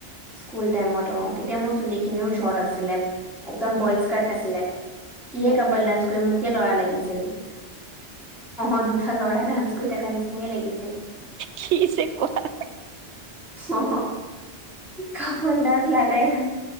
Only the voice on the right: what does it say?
উম
উম
উম
কিছে কোৱা